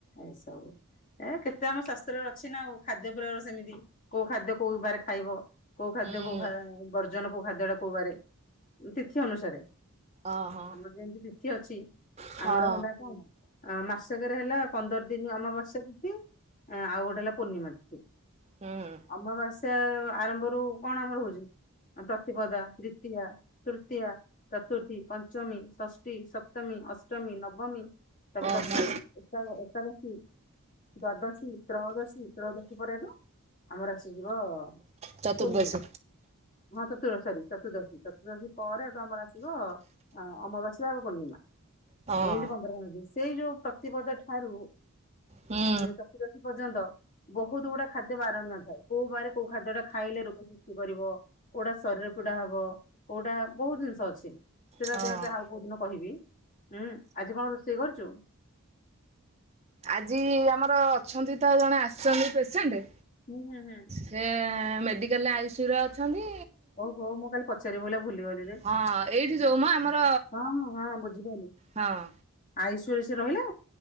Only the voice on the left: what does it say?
ଏଇସବୁ ଏ କେତେ ଆମ ଶ୍ୱାସ୍ତ୍ରରେ ଅଛି ନା ଆଉ ଖାଦ୍ୟ ପ୍ରେୟର ସେମିତି କୋଉ ଖାଦ୍ୟ କୋଉ ବାରେ ଖାଇବ କୋଉ ଖାଦ୍ୟ
କୋଉ ବର୍ଜନ କୋଉ ଖାଦ୍ୟ ଟା କୋଉ ବାରେ ତିଥି ଅନୁସାରେ
ଆମର ଯେମିତି ତିଥି ଅଛି
ଆମର ହେଲା କଣ? ଅ ମାସକରେ ହେଲା ପନ୍ଦର ଦିନ ଅମାବାସ୍ୟ ତିଥି ଆଉ ଗୋଟେ ହେଲା ପୂର୍ଣ୍ଣିମା ତିଥି
ଅମାବାସ୍ୟା ଆରମ୍ଭରୁ କଣ ଆମର ହଉଛି? ପ୍ରତିପଦା ଦ୍ୱିତୀୟା ତୃତୀୟା ଚତୁର୍ଥୀ ପଞ୍ଚମୀ ଷଷ୍ଠୀ ସପ୍ତମୀ ଅଷ୍ଟମୀ ନବମୀ ତାପରେ
ଦଶମି ଏକା ଏକା ଦଶୀ ଦ୍ଵାଦଶୀ ତ୍ରୟୋଦଶୀ ତ୍ରୟଦଶୀ ପରେ ଏଠୁ ଆମର ଆସିଯିବ
ପୂର୍ଣ୍ଣେଇ ମହାତ ତୁଳ ଚାରି ଚତୁର୍ଦଶି ଚତୁର୍ଦଶି ପରେ ଏଟି ଆମର ଆସିବ ଆ ଅମାବାସିଆ ଆଉ ପୂର୍ଣ୍ଣିମା।
ଏମତି ପନ୍ଦର ଦିନ ଆସିବ ସେଇ ଯୋଉ ପ୍ରତିପଦ ଠାରୁ ଉଁ
ଚତ ଦଶି ପର୍ଯ୍ୟନ୍ତ ବହୁତ୍ ଗୁଡା ଖାଦ୍ୟ ବାରଣ ନ ଥାଏ କୋଉ ବାରେ କୋଉ ଖାଦ୍ୟ ଟା ଖାଇଲେ ରୋଗ ସୃଷ୍ଟି କରିବ। କୋଉଟା ଶରୀର ପୀଡା ହବ କୋଉଟା ବହୁତ ଜିନିଷ ଅଛି। ସେଇଟା
ଦେହ ଟା ଆଉ କୋଉ ଦିନ କହିବି ଉୁଁ ଆଜି କଣ ରୋଷେଇ କରୁଛୁ।
ହୁଁ ହୁଁ ହୁଁ।
ଓ ହୋ ମୁଁ କାଲି ପଚାରିବି ବୋଲି ଭୁଲିଗଲି।
ହଁ ହଁ ହଁ ବୁଝିପାଇଲି।
ଆଇସୁ ରେ ସେ ରହିଲା।